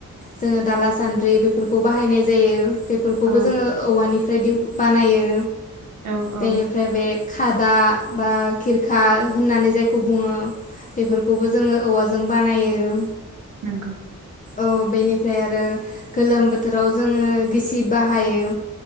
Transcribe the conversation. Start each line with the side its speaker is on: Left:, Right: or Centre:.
Left: जोङो दाला सान्द्रि बेफोरखौ बाहायनाय जायो बेफोरखौबो
Right: औ
Left: जोङो औवानिफ्राय दि बानायो।
Right: औ
Left: बेनिफ्राय
Right: औ
Left: बे खादा बा खिरखा होननानै जायखौ बुङो। बेफोरखौबो जोङो औवाजों बानायो।
Right: नोंगौ
Left: औ बेनिफ्राय आरो गोलोम बोथोराव जोङो गिसि बाहायो।